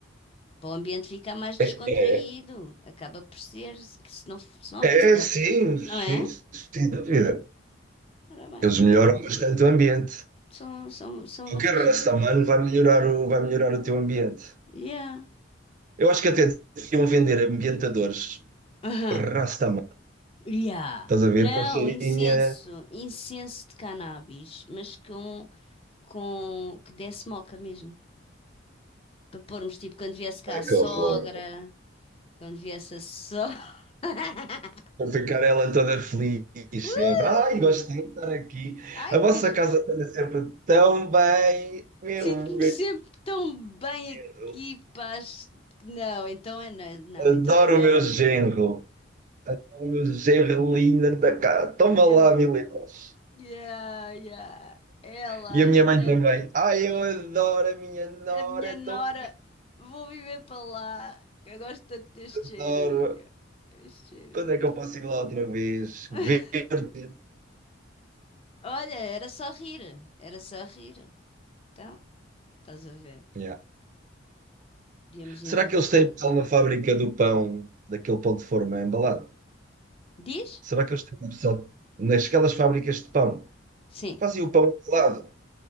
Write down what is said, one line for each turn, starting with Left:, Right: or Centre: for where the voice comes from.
Left: Para o ambiente ficar mais
Right: É,
Left: descontraído.
Right: é,
Left: Acaba por ser se- que se não, f- se não houvesse
Right: é,
Left: tanto.
Right: sim, sim,
Left: Não é?
Right: sim, sem dúvida.
Left: Ora bem,
Right: Eles melhoram bastante o ambiente.
Left: são, são, são umas
Right: Qualquer
Left: pessoas.
Right: raça humana vai melhorar o, vai melhorar o teu ambiente.
Left: Yeah.
Right: Eu acho que até deviam vender ambientadores
Left: <laughs>
Right: Rastaman.
Left: Yeah.
Right: Estás a
Left: Não,
Right: ver? Com cheirinha.
Left: incenso, incenso de cannabis, mas com, com que desse moca mesmo. Para pormos tipo quando viesse cá
Right: Ai,
Left: a sogra,
Right: que horror.
Left: quando viesse a sogra. <laughs>
Right: Para ficar ela toda feliz.
Left: Uh!
Right: Sempre. Ai, gosto de estar aqui.
Left: Ai,
Right: A vossa
Left: que gi-
Right: casa está sempre tão bem. Meu,
Left: sinto-me
Right: meu
Left: sempre tão bem
Right: genro.
Left: aqui, paz. Não, então é não, não,
Right: Adoro
Left: então é melhor
Right: o meu
Left: não
Right: genro.
Left: pôr.
Right: Adoro o meu genro lindo. Toma
Left: E
Right: lá,
Left: a-
Right: mil euros.
Left: Yeah, yeah. Ela
Right: E a minha
Left: e a
Right: mãe
Left: minha.
Right: também. Ai, eu adoro a minha nora,
Left: A minha
Right: é
Left: nora,
Right: tão linda,
Left: vou viver para lá, que eu gosto tanto deste
Right: adoro.
Left: cheirinho. Este cheirinho
Right: Quando é
Left: é
Right: que
Left: tão
Right: eu posso
Left: bom.
Right: ir lá outra vez?
Left: <laughs>
Right: Verde.
Left: Olha, era só rir, era só rir. Então, estás a ver,
Right: Yeah.
Left: podíamos
Right: Será
Left: inventar.
Right: que eles têm pessoal na fábrica do pão, daquele pão de forma embalado?
Left: Diz?
Right: Será que eles têm pessoal nasquelas fábricas de pão?
Left: Sim,
Right: Fazem o pão embalado.